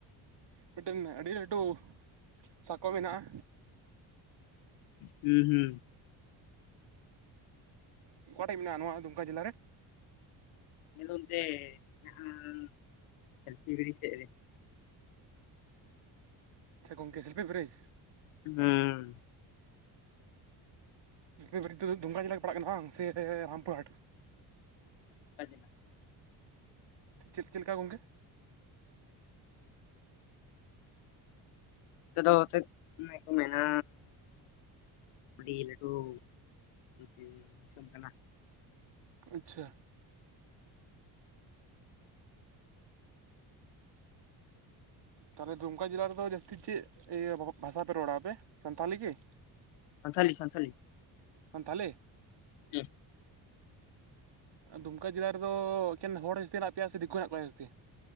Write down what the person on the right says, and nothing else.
ᱢᱤᱫᱴᱮᱱ ᱟᱹᱰᱤ ᱞᱟᱹᱴᱩ ᱥᱟᱠᱚᱢ ᱢᱮᱱᱟᱜᱼᱟ᱾
ᱚᱠᱟᱴᱮᱱ ᱢᱮᱱᱟᱜᱼᱟ, ᱱᱚᱣᱟ ᱫᱩᱢᱠᱟ ᱡᱮᱞᱟ ᱨᱮ?
ᱟᱪᱷᱟ ᱜᱚᱢᱠᱮ ᱥᱮᱞᱯᱤ ᱵᱮᱨᱮᱡᱽ᱾
ᱱᱤᱛ ᱫᱩᱢᱜᱟ ᱡᱮᱞᱟ ᱜᱮ ᱯᱟᱲᱟᱜ ᱠᱟᱱᱟ ᱥᱮ ᱨᱟᱢᱯᱩᱨᱦᱟᱴ᱾
ᱪᱮᱫ ᱪᱮᱫ ᱞᱮᱠᱟ ᱜᱚᱢᱠᱮ?
ᱟᱪᱪᱷᱟ᱾ ᱛᱟᱦᱚᱞᱮ ᱫᱩᱢᱠᱟ ᱡᱮᱞᱟ ᱨᱮᱫᱚ ᱡᱟᱹᱥᱛᱤ ᱪᱮᱫ ᱤᱭᱟᱹ ᱵᱷᱟᱥᱟ ᱯᱮ ᱨᱚᱲᱟᱯᱮ ᱥᱟᱱᱛᱟᱞᱤ ᱜᱮᱤ?
ᱥᱟᱱᱛᱷᱟᱞᱤ ᱾
ᱫᱩᱢᱠᱟ ᱡᱮᱞᱟ ᱨᱮᱫᱚ ᱮᱠᱮᱱ ᱦᱚᱲ ᱡᱟᱹᱥᱛᱤ ᱢᱮᱱᱟᱜ ᱯᱮᱭᱟ ᱥᱮ, ᱫᱤᱠᱩ ᱦᱮᱱᱟᱜ ᱠᱚᱣᱟ ᱡᱟᱹᱥᱛᱤ?